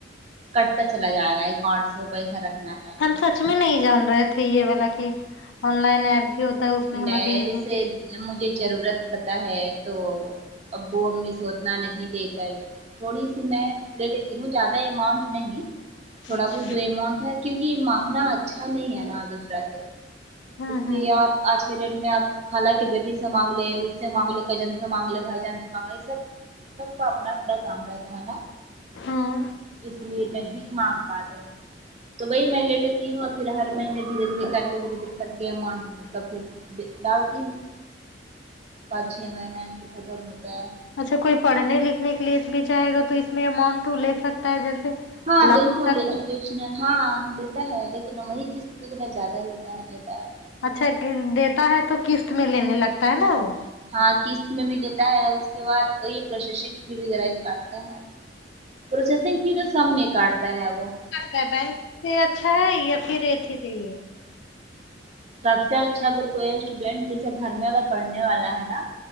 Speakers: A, on the right; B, on the left.
A: کٹتا چلا جائے گا اکاؤنٹ سے وہ پیسا رکھنا ہے
B: ہم سچ میں نہیں جان رہے تھے یہ والا کہ آن لائن ایپ بھی ہوتا ہے اس میں
A: نہیں
B: ہم ابھی
A: جیسے مجھے ضرورت پڑتا ہے تو ابو امی سوتنا نہیں لے کر تھوڑی سی میں لے لیتی ہوں زیادہ اماؤنٹ نہیں تھوڑا
B: اچھا
A: بہت جو اماؤنٹ ہے کیونکہ یہ مانگنا اچھا نہیں ہے نا دوسرا سے
B: ہاں
A: اس
B: ہاں
A: لیے اور آج کے ڈیٹ میں آپ خالہ کی بیٹی سے مانگ لے اس سے مانگ لے کجن سے مانگ لے بھائی جان سے مانگ لے یہ سب سب کو اپنا اپنا کام رہتا ہے نا
B: ہاں
A: اس لیے نہیں مانگ پاتے ہیں تو بھائی میں لے لیتی ہوں اور پھر ہر مہینے دھیرے دھیرے کر کے دھیرے دھیے کر کے اماؤنٹ مطلب پھر ڈالتی ہوں پانچ چھ مہینے ہے پھر ختم ہوتا ہے
B: اچھا کوئی پڑھنے لکھنے کے لیے بھی چاہے گا تو اس میں اماؤنٹ لے سکتا ہے جیسے
A: ہاں
B: لگ
A: بالکل
B: تک
A: ایجوکیشنل ہاں دیتا ہے لیکن ہمی قسط وغیرہ زیادہ دیتا ہے لیتا ہے
B: اچھا دیتا ہے تو قسط میں لینے لگتا ہے نا وہ
A: ہاں قسط میں بھی لیتا ہے اس کے بعد اور یہ پروسیسنگ فی وغیرہ بھی کاٹتا ہے پروسیسنگ فی تو سم میں کاٹتا ہے وہ
B: کہ بے پھر اچھا ہے یا پھر اتھی صحیح ہے
A: سب سے اچھا اگر کوئی اسٹوڈینٹ جیسے گھر میں اگر پڑھنے والا ہے نا